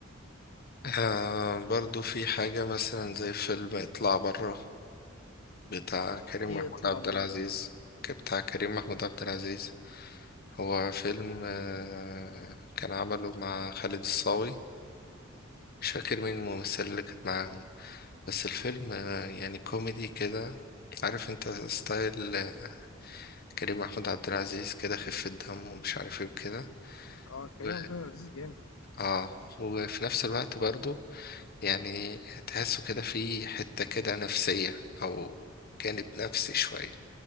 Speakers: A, on the left; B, on the left.
A: آه، برضو في حاجة مثلا زي فيلم اطلع برا بتاع كريم
B: ايه
A: محمود
B: يطلع
A: عبد
B: بره
A: العزيز
B: ده
A: ك- بتاع كريم محمود عبد العزيز هو فيلم آه، كان عمله مع خالد الصاوي مش فاكر مين الممثلة اللي كانت معاهم بس الفيلم آه، يعني كوميدي كده عارف انت ستايل آه، كريم محمود عبد العزيز كده خفة دم ومش عارف ايه وكده
B: اه كريم
A: و
B: عبد العزيز جامد
A: اه وفي نفس الوقت برضو يعني تحسه كده في حتة كده نفسية أو جانب نفسي شوية